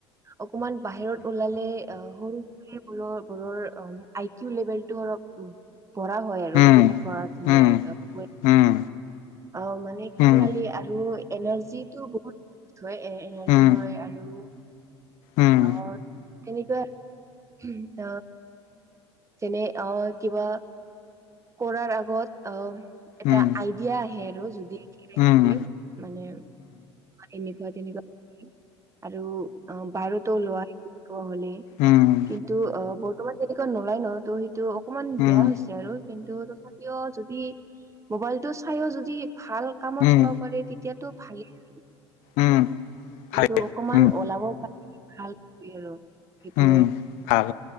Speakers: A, on the right; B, on the left.
A: অকমান বাহিৰত ওলালে আহ সৰু সেই বোৰৰ বোৰৰ আই কিউ লেভেলটো অলপ উম,। পঢ়া হয় আৰু
B: উম
A: তেনেকুৱা <unintelligible>
B: উম উম
A: অ', মানে খেলালি
B: উম
A: আৰু এনাৰ্জিটো বহুত থোয়ে এ এনাৰ্জি
B: উম
A: হয় আৰু
B: উম উম
A: অ', তেনেকুৱা উম, ত যেনে অ', কিবা কৰাৰ আগত অ' এটা
B: উম
A: আইডিয়া আহে আৰু যদি থাকে
B: উম উম
A: মানে এনেকুৱা তেনেকুৱা আৰু অ', বাৰতো ওলোৱা তেনেকুৱা হলে
B: উম
A: কিন্তু অ', বৰ্তমান তেনেকুৱা ন'লাই নহয় ত' সেই তু অকমান
B: উম
A: বেয়া হৈছে আৰু কিন্তু তথাপিও যদি মোবাইলটো চাইও যদি ভাল কামত
B: উম
A: চলাব পাৰে তেতিয়াতো ভালেই আৰু।
B: উম
A: কিন্তু
B: ভালে
A: অকমান
B: উম
A: ওলাব পাৰে ভাল টোৱে আৰু সেইটোয়ে।
B: উম ভাল,